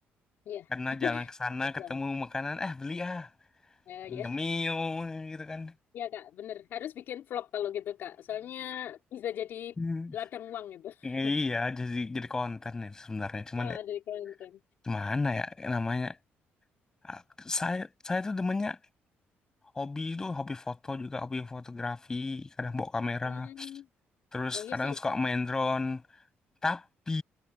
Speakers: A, on the left; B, on the left.
A: Ya,
B: Karena jalan ke sana ketemu
A: belum.
B: makanan, eh beli ah.
A: Eh, ya.
B: Nyemil gitu kan.
A: Ya, Kak, bener. Harus bikin vlog kalau gitu, Kak. Soalnya bisa jadi
B: <laughs>
A: ladang uang gitu.
B: Iya,
A: <laughs>
B: jadi jadi konten itu sebenarnya. Cuman
A: Nah,
B: ya,
A: dari konten.
B: gimana ya namanya? Ah, Saya saya tuh demennya hobi itu hobi foto juga, hobi fotografi, kadang bawa kamera,
A: Hmm.
B: terus
A: Oh, iya
B: kadang
A: sih.
B: suka main drone. Tapi